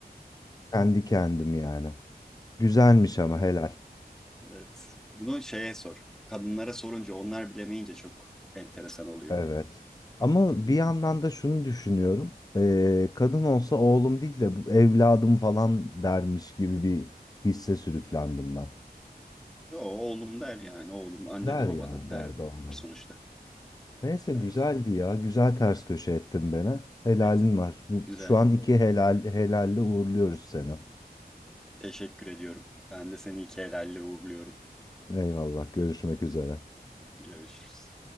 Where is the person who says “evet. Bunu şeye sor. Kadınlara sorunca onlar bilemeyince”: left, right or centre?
Centre